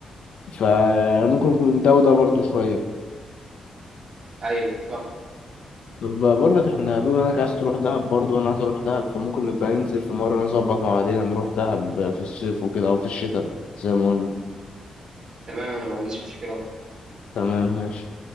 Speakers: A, on the left (about 60°); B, on the right (about 35°).
A: فانا ممكن اكون ده وده برضه شويه
B: ايوه صح
A: طب بقول لك احنا بما انك عايز تروح دهب برضه وانا عايز اروح دهب فممكن نبقى ننزل في مره نظبط مع بعضنا نروح دهب في الصيف وكده او في الشتاء زي ما قلنا
B: تمام انا ما عنديش مشكله
A: تمام ماشي